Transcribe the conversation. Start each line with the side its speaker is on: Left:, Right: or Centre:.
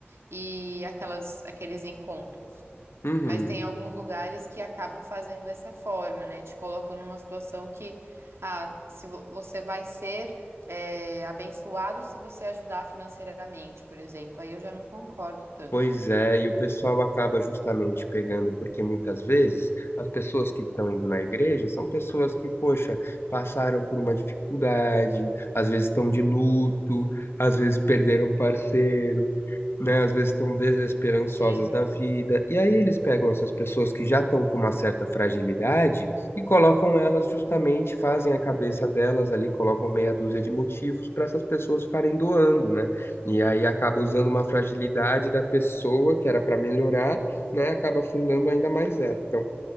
Right: e aquelas, aqueles encontros.
Left: Uhum.
Right: Mas tem alguns lugares que acabam fazendo dessa forma, né? Te colocam numa situação que, ah, se vo- você vai ser, é, abençoado se você ajudar financeiramente, por exemplo. Aí eu já não concordo tanto.
Left: Pois é, e o pessoal acaba justamente pegando, porque muitas vezes as pessoas que estão indo na igreja são pessoas que, poxa, passaram por uma dificuldade, às vezes estão de luto, às vezes perderam um parceiro. né? Às vezes estão desesperançosas
Right: Sim,
Left: da vida. E aí eles pegam essas pessoas que já estão com uma certa fragilidade e colocam elas justamente, fazem a cabeça delas ali, colocam meia dúzia de motivos para essas pessoas ficarem doando, né? E aí acaba usando uma fragilidade da pessoa que era para melhorar, né? Acaba afundando ainda mais ela. Então,